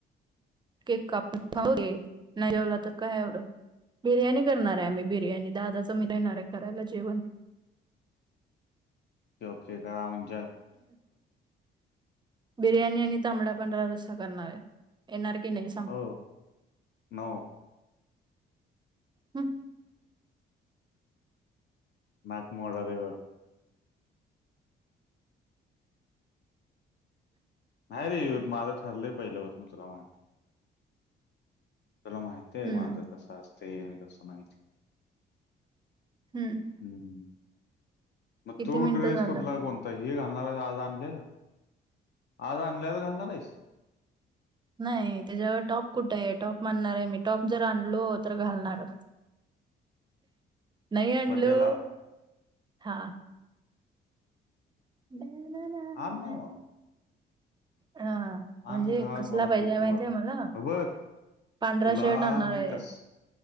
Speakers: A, on the right (about 25°); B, on the left (about 60°).
A: केक कापून <unintelligible> नाय जेवला तर काय एवढं. बिर्याणी करणार आहे आम्ही बिर्याणी दादाचं मी राहिणार आहे करायला जेवण
B: ओ ओके करा म्हण
A: बिर्याणी आणि तांबडा पंढरा रस्सा करणार आहे एणार की नाही सांग
B: अ न
A: हम्
B: नाक मोडरव नाही रे यत माझं ठरलंय पहिलंसून तुला माहि चला माहिती आहे
A: हं,
B: माझं कसं असतय आणि कसं माहिती
A: हम्म
B: हम्म म तू
A: मिनिटं
B: ड्रेस
A: झालं
B: कोटलाकवत तर हे घालणार आहे आज आणल्याला आज आणल्याला घालणार आहेस
A: नाही त्याच्यावर टॉप कुठे आहे टॉप मानणार आहे मी टॉप जर आणलो तर घालणार नाही अंडलो
B: बड्डेला
A: हा ना ना,
B: आ
A: ना.
B: नव
A: हा म्हणजे
B: आण घाल
A: कसला
B: मला
A: पाहिजे
B: पोटभर
A: माहितीय मला
B: बघ
A: पांढरा
B: तुला
A: शर्ट आणणार
B: मी
A: आहे
B: कस